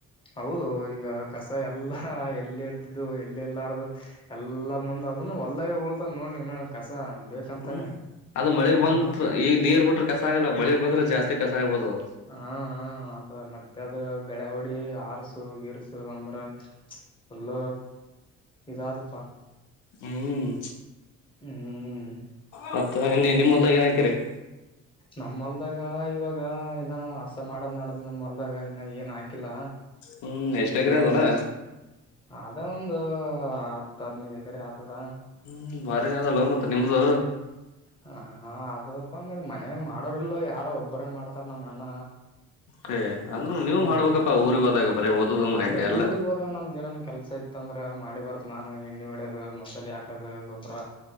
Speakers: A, on the left; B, on the left.
A: ಹೌದೊ ಈಗ ಕಸ ಎಲ್ಲಾ ಎಲ್ಲಿ <unintelligible> ಎಲ್ಲಾರದುು ಎಲ್ಲ ಮುಂದ ಅದನ್ನು ಒಳ್ದಾಗ ಉಳತದ ನೋಡ್ <unintelligible> ಬೇಕಂತಾನೆ
B: ಹ್ಮ ಅದು ಮಳೆ ಬಂತ್
A: ಹ
B: ಈಗ ನೀರ್ ಬಿಟ್ರೆ ಕಸ ಆಗಲ್ಲ ಮಳಿ ಬಂದ್ರೆ ಜಾಸ್ತಿ ಕಸ ಆಗ್ಬಿಡ್ತದ
A: ಹಾ ಹ ಆತದ ಮತ್ತೆ ಅದು ಕಳೆ ಹೊಡಿ ಆರಸು ಗೀರ್ <unintelligible> ಎಲ್ಲ ಇದಾದದುಪ್ಪಾ
B: ಹ್ಮ್
A: ಹ್ಮ್
B: ಮತ್ತ ನಿಮ್ಮಲ್ದಾಗ ಏನ <unintelligible> <unintelligible>
A: ನಮ್ಮೂಲ್ದಾಗ ಇವಾಗ ಏನ ಹಸ ಮಾಡದ್ ನಡ್ದ್ ನಮ ಮಲ್ದಾಗ ಇನ್ನ ಏನ್ ಹಾಕಿಲ್ಲ
B: ಹ್ಮ್ ಎಷ್ಟ್
A: ಈಗ
B: ಎಕರೆ
A: <unintelligible>
B: ಅದಲ್ಲ
A: ಅದ ಒಂದ್ <unintelligible> ಆತ್ ಅದ್ನೈದ್ ಎಕ್ರೆ ಆತದ
B: ಹ್ಮ್ ಬಾರಿನ ಅದಲ್ಲೂ ಮತ್ತೆ ನಿಮ್ದ
A: ಹ ಹ <unintelligible> ಮತ್ತ ಮನ್ಯಾಗ ಮಾಡೋರ್ ಇಲೊ ಯಾರ ಒಬ್ಬರೇ ಮಾಡ್ತಾರ ನಮ್ಮ ಅಣ್ಣ
B: ಹೇ ಅಂದ್ರೆ ನೀವು
A: ಹ್ಮ್
B: ಮಾಡ್ಬೇಕಪ್ಪಾ ಊರಿಗೆ ಹೋದಾಗ ಬರೀ ಓದೋದಂದ್ರೆ
A: ಅಂದ್ರೆ
B: ಹೆಂಗ ಎಲ್ಲ
A: ಊರಿಗ್ ಹೋದ ನಮ್ದ್ ಏನನ್ ಕೆಲ್ಸ ಇತ್ತ ಅಂದ್ರ ಮಾಡಿ ಬರ್ತ್ ನಾನು ಎಣ್ಣಿ ಹೊಡ್ಯ್ ಮಸಾಲೆ <unintelligible> <unintelligible> ಗೊಬ್ಬರ